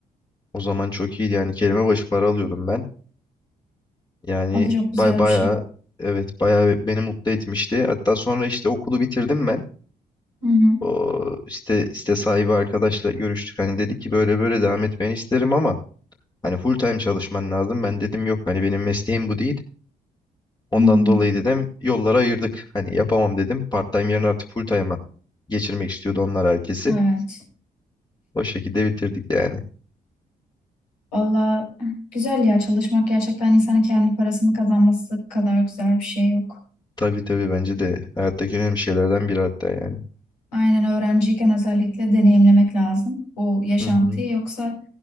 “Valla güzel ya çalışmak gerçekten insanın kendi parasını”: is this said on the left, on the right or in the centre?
Left